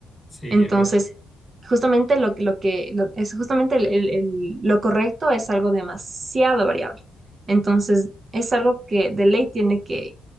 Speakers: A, on the left; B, on the right.
A: sí,
B: Entonces,
A: es verdad.
B: justamente lo, lo que lo- es justamente el- el- el- lo correcto es algo demasiado variable. Entonces, es algo que de ley tiene que,